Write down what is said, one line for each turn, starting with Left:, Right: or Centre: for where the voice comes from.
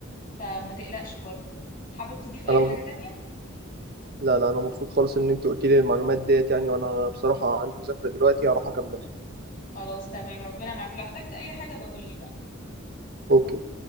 Left: فما تقلقش برضه حابب تضيف اي
Right: انا
Left: حاجه تانية
Right: لا لا انا مبسوط خالص ان انت قلت لي المعلومات ديت يعني وانا بصراحه عندي مذاكره دلوقتي هروح اكملها
Left: خلاص تمام ربنا معاك لو احتجت اي حاجة بقول لي بقى
Right: اوكي